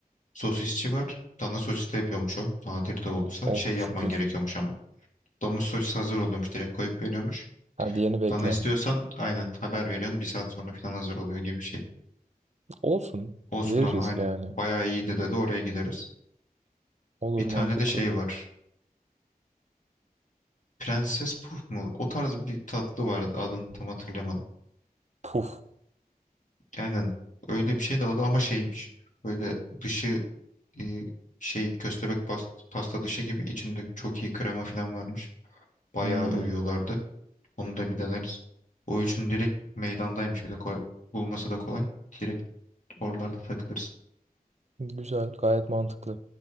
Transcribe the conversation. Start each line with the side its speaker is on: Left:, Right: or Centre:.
Left: sosisçi var. Dana sosis de yapıyormuş o. Nadir de olsa.
Right: Oh
Left: Şey yapman
Right: şükür.
Left: gerekiyormuş ama. Domuz sosis hazır oluyormuş. Direkt koyup veriyormuş.
Right: Ha diğerini bekliyorum.
Left: Bana istiyorsan aynen haber veriyorsun. Bir saat sonra falan hazır oluyor gibi bir şey.
Right: Olsun.
Left: Olsun
Right: Veririz
Left: ama aynen.
Right: yani.
Left: Bayağı iyiydi dedi oraya gideriz.
Right: Olur
Left: Bir tane
Right: mantıklı.
Left: de şey var. Prenses Puf mu? O tarz bir tatlı vardı. Adını tam hatırlamadım.
Right: Puf.
Left: Aynen. Öyle bir şeydi adı ama şeymiş. Böyle dışı e, şey köstebek pas- pasta dışı gibi içinde çok iyi krema falan varmış. Bayağı
Right: Hmm.
Left: övüyorlardı. Onu da bir deneriz. O üçün direkt meydandaymış. Bir de koy- bulması da kolay. Direkt oralarda takılırız.
Right: Güzel. Gayet mantıklı.